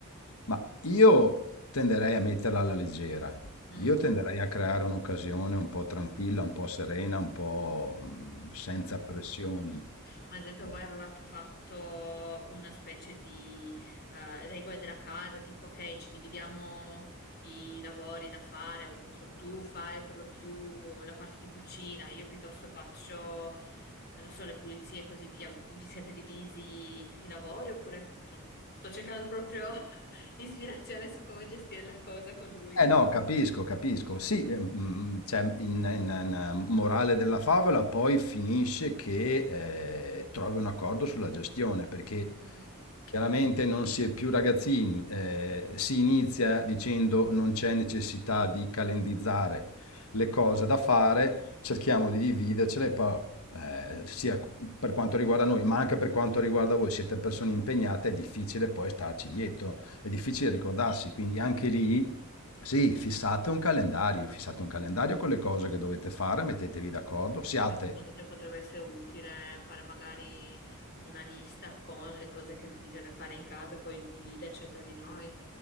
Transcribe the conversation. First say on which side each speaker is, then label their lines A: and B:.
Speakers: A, on the left; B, on the left.
A: ma io tenderei a metterla alla leggera.
B: Mm,
A: Io tenderei a creare un'occasione un po' tranquilla, un po' serena, un po' mh, senza
B: sì.
A: pressioni.
B: Ma ad esempio
A: Eh,
B: voi avevate fatto una specie di eh, regole della casa, tipo che ci dividiamo i lavori da fare, o non so, tu fai per lo più la parte di cucina, io piuttosto faccio, eh, non so, le pulizie e così via. Vi siete divisi i lavori oppure cioè, sto cercando proprio <laughs> ispirazione su come gestire la cosa con lui?
A: Eh no, capisco, capisco. Sì, eh, mm, cioè, in, in- in- ehm, morale della favola poi finisce che eh, trovi un accordo sulla gestione, perché
B: Mm.
A: chiaramente non si è più ragazzini, eh, si inizia dicendo non c'è necessità di calendizzare le cose da fare, cerchiamo di dividercele, poi, eh, sia per quanto riguarda noi, ma anche per quanto riguarda voi, siete persone impegnate, è difficile poi starci dietro, è difficile ricordarsi, quindi anche lì sì, fissate un calendario, fissate un calendario con le cose che dovete fare, mettetevi d'accordo, siate,
B: Poi secondo te potrebbe essere utile fare magari una lista con le cose che bisogna fare in casa e poi dividerci tra di noi?